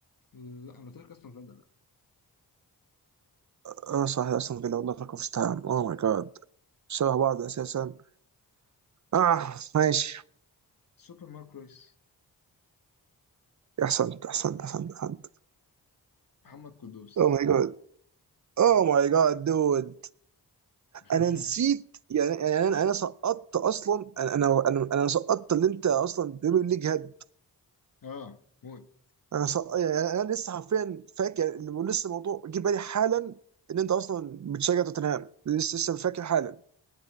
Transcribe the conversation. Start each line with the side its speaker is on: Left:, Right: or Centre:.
Left: لا انا قلت لك استون فيلا لا
Right: اه صح اصلا فيلا والله فاكر في تايم اوه ماي جاد شبه بعض اساسا اه ماشي
Left: سوبر مارك رويس
Right: احسنت احسنت احسنت احسنت
Left: محمد قدوس
Right: اوه ماي جاد اوه ماي جاد دود
Left: <laughs>
Right: انا نسيت يعني يعني انا انا سقطت اصلا انا انا انا, أنا سقطت اللي انت اصلا بريمير ليج هاد
Left: اه موت
Right: انا سقط يعني انا أنا لسه حرفيا فاكر يعني اللي بقول لسه الموضوع جه بالي حالا ان انت اصلا بتشجع توتنهام لسه لسه فاكر حالا